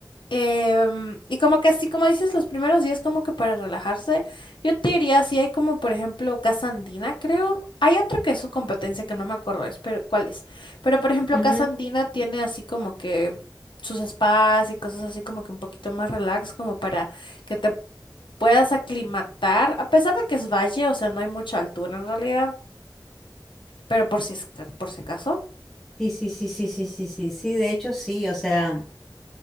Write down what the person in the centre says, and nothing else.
Ujú.
Sí, sí, sí, sí, sí, sí, sí, sí, de hecho sí, o sea.